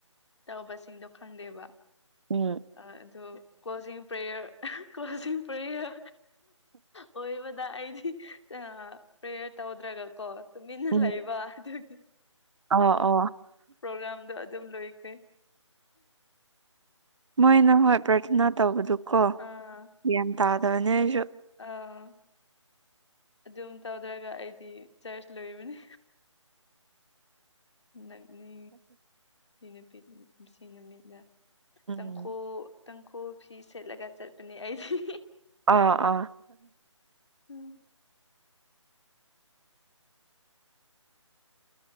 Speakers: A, on the left; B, on the right.
A: ꯇꯧꯕꯁꯤꯡꯗꯣ ꯈꯪꯗꯦꯕ
B: ꯎꯝ
A: ꯑꯗꯨ ꯀꯣꯖꯤꯡ ꯄ꯭ꯔꯦꯌꫪ ꯀ꯭ꯂꫭꯁꯤꯡ ꯄ꯭ꯔꯦꯌꫪ ꯑꯣꯏꯕꯗ ꯑꯩꯗꯤ ꯑ ꯄ꯭ꯔꯦꯌꫪ ꯇꯧꯗ꯭ꯔꯒ ꯀꯣ ꯇꯨꯃꯤꯟꯅ
B: ꯎꯝ
A: ꯂꯩꯕ ꯑꯗꯨꯒꯤ
B: ꯑꯣ ꯑꯣ
A: ꯄ꯭ꯔꯣꯒ꯭ꯔꯥꯝꯗꯣ ꯑꯗꯨꯝ ꯂꯣꯏꯈ꯭ꯔꯦ
B: ꯃꯣꯏꯅ ꯍꯣꯏ ꯄ꯭ꯔꯊꯅꯥ ꯇꯧꯕꯗꯨꯀꯣ
A: ꯑꯥ
B: ꯒ꯭ꯌꯥꯟ ꯇꯥꯗꯕꯅꯦ ꯑꯩꯁꯨ
A: ꯑꯥ ꯑꯗꯨꯝ ꯇꯧꯗ꯭ꯔꯒ ꯑꯩꯗꯤ ꯆꯔꯆ ꯂꯣꯏꯕꯅꯤ ꯅꯛꯅꯤ ꯅꯨꯄꯤ ꯁꯤ ꯅꯨꯃꯤꯠꯅ
B: ꯎꯝ
A: ꯇꯥꯡꯈꯣꯜ ꯇꯥꯡꯈꯨꯜ ꯐꯤ ꯁꯦꯠꯂꯒ ꯆꯠꯄꯅꯦ ꯑꯩꯗꯤ
B: ꯑꯥ ꯑꯥ
A: ꯎꯝ